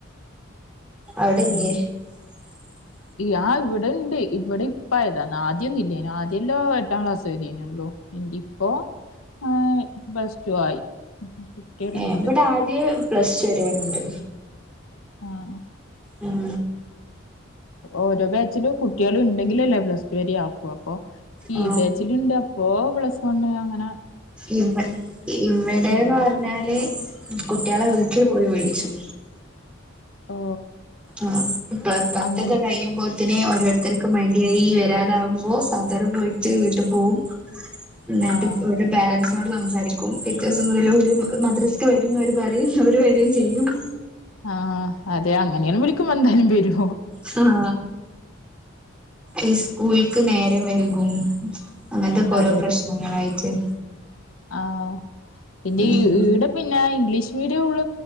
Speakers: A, in the centre; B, on the left.
A: അവിടെല്ലേ
B: ഉം
A: <inaudible>
B: ഇല്ല ഇവിടെ ഉണ്ട് ഇവിടെ ഇപ്പായതാ ആദ്യൊന്നില്ലാനു ആദ്യല്ലോ എട്ടാം ക്ലാസ് വരേനു ല്ലോ എന്റിപ്പോ ആ ബസ് ടു ആയി കുട്ടികളുണ്ട്
A: ഏ ഇവിടെ ആദ്യേ പ്ലസ്ടു വെരേണ്ട്
B: ആഹ്
A: ഉം
B: ഓരോ ബാച്ചിലും കുട്ടികളിണ്ടെങ്കിലല്ലേ പ്ലസ് ടു വെരേ ആക്കുവ അപ്പൊ ഈ
A: ആ
B: ബാച്ചിലുണ്ട് അപ്പൊ പ്ലസ് വൺ അങ്ങന
A: ഇവ ഇവിടേന്ന്
B: ആഹ്
A: പറഞ്ഞാല് കുട്ടികളെ വീട്ടിൽ
B: ആഹ്
A: പോയി വിളിച്ചും
B: ഓ
A: ആ പ്ലാ പത്തൊക്കെ
B: അങ്ങനെ
A: കഴിയുംമ്പോ പിന്നെ ഓരോരുത്തർക്ക് മടിയായി വരാതാവുംമ്പോ മദറ് പോയിട്ട് വീട്ടു പോവും എന്നിട്ട്
B: ആഹ്
A: ഇപ്പ ഇവിടടു പേരൻസിനോട് സംസാരിക്കും പിറ്റേസം ഇവര് വര് മക്ക മദ്രസ്ക് വെരുംന്നോര് പറയും അവര് വെരേം ചെയ്യും
B: ആഹ് അതെ അങ്ങനെയാണ് വിളിക്കുമോ എന്താലും വരൂ
A: ഹാ ഈ സ്കൂൾക്ക് നേരം വൈകും അങ്ങൻത്തെകോരോ
B: അതെ
A: പ്രശ്നങ്ങളായിട്ട്
B: അതെ ആഹ് പിന്നെ
A: ഉം
B: ഈ ഈടെ പിന്നെ ഇംഗ്ലീഷ് മീഡിയുള്ള